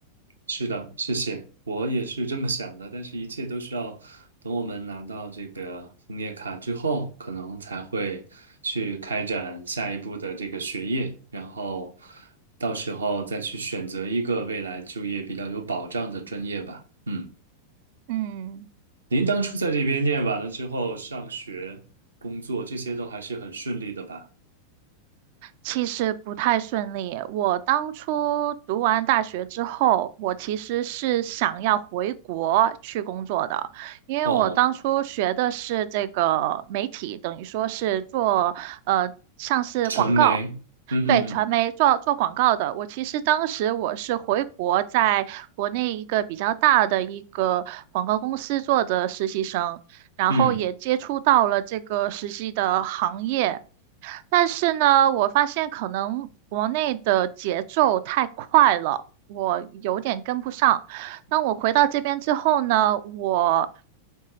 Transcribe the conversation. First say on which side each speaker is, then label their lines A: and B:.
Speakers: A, on the right (about 70°); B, on the right (about 50°).
A: 是的，谢谢，我也是这么想的，但是一切都是要等我们拿到这个枫叶卡之后，可能才会去开展下一步的这个学业，然后到时候再去选择一个未来就业比较有保障的专业吧。嗯，
B: 嗯。
A: 您当初在这边念完了之后，上学、工作这些都还是很顺利的吧？
B: 其实不太顺利。我当初读完大学之后，我其实是想要回国去工作的，因为我当初学的是这个媒体，
A: 哦，
B: 等于说是做呃像是广告。
A: 传媒，嗯嗯嗯
B: 对，传媒做做广告的，我其实当时我是回国，在国内一个比较大的一个广告公司做的实习生，然后也接触到了这个实习的行业，
A: 嗯，
B: 但是呢，我发现可能国内的节奏太快了，我有点跟不上。当我回到这边之后呢，我